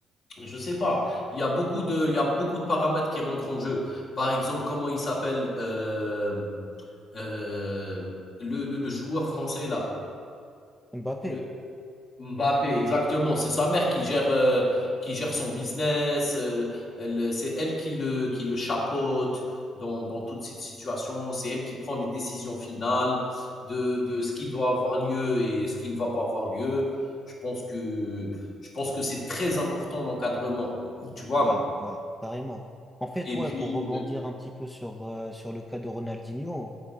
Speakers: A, on the left; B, in the centre.
A: Je sais pas. Il y a beaucoup de, il y a beaucoup de paramètres qui rentrent en jeu. Par exemple, comment il s'appelle euh, euh, le, le- le joueur français là,
B: Mbappé.
A: le Mbappé, exactement. C'est sa mère qui gère, euh, qui gère son business. euh, elle, c'est elle qui le, qui le chapeaute dans, dans toute cette situation. C'est elle qui prend les décisions finales de, de ce qui doit avoir lieu et ce qui ne va pas avoir lieu. Je pense que, je pense que c'est très important l'encadrement. Tu vois.
B: Ouais, ouais, carrément. En fait,
A: Et
B: ouais,
A: puis,
B: pour rebondir
A: heu
B: un petit peu sur, euh, sur le cas de Ronaldinho,